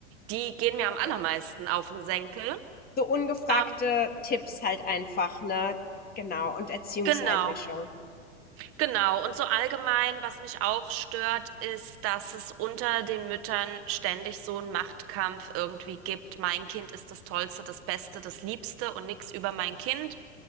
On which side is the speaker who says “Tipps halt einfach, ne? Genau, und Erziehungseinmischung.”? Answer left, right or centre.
Left